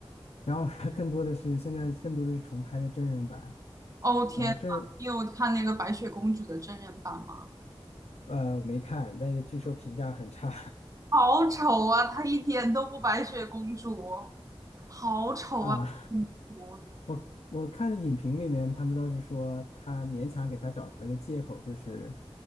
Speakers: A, on the left; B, on the right.
A: 然后 <laughs> 更多的是现在更多的是重拍的真人版。
B: 哦天呐，
A: 然后真人
B: 你有看那个白雪公主的真人版吗？
A: 呃，没看，但是据说评价很差
B: 好丑啊！她一点都不白雪公主，好丑啊！
A: <laughs> 啊。
B: 公主，
A: 我我看影评里面，他们都是说他勉强给他找了个借口，就是